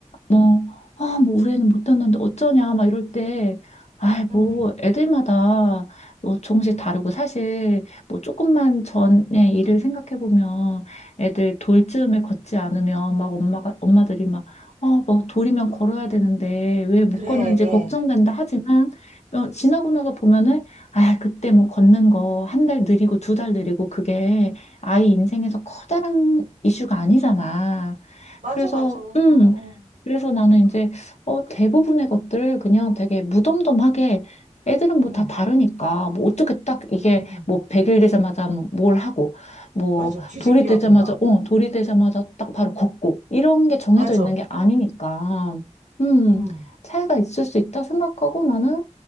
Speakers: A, on the left; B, on the right.
A: 뭐, 아, 뭐, 우리 애는 못했는데 어쩌냐, 막 이럴 때, 아이, 뭐,
B: 응, 응,
A: 애들마다 뭐 조금씩
B: 응,
A: 다르고, 사실, 뭐, 조금만 전에 일을 생각해보면, 애들 돌쯤에 걷지 않으면, 막 엄마가, 엄마들이 막, 어, 뭐, 돌이면 걸어야 되는데, 왜 못
B: 그래.
A: 걷는지 걱정된다 하지만, 어, 지나고 나서 보면은, 아, 그때 뭐, 걷는 거, 한 달 느리고, 두 달 느리고, 그게 아이 인생에서 커다란 이슈가 아니잖아.
B: 맞아,
A: 그래서,
B: 맞아. 응,
A: 음,
B: 응,
A: 그래서 나는 이제 어, 대부분의 것들을 그냥 되게 무덤덤하게 애들은 뭐
B: 응,
A: 다 다르니까 뭐 어떻게 딱 이게
B: 응, 응.
A: 뭐 100일 되자마자 뭘 하고 뭐
B: 맞아. 뒤집기
A: 돌이 되자마자
B: 하고 막.
A: 어 돌이 되자마자 딱 바로 걷고 이런 게 정해져
B: 맞아.
A: 있는 게 아니니까 음
B: 응,
A: 차이가 있을 수 있다 생각하고 나는